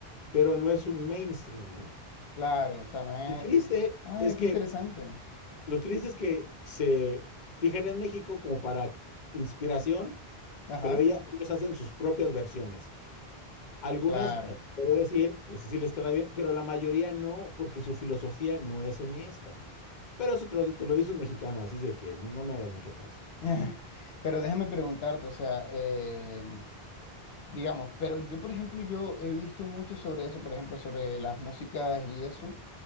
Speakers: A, on the left; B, on the left.
A: pero no es un mainstream, ¿no?
B: claro, o sea, no es,
A: Lo triste
B: ah,
A: es que,
B: qué interesante,
A: lo triste es que se fijan en México como para inspiración,
B: ajá,
A: pero ella, ellos hacen sus propias versiones. Algunas,
B: claro.
A: eh, podría decir, pues sí sí les queda bien, pero la mayoría no, porque su filosofía no es honesta. Pero eso te lo, te lo dice un mexicano, así de que no me hagas mucho caso.
B: <laughs> Pero déjame preguntarte, o sea, em, digamos, pero yo, por ejemplo, yo he visto mucho sobre eso, por ejemplo, sobre las músicas y eso,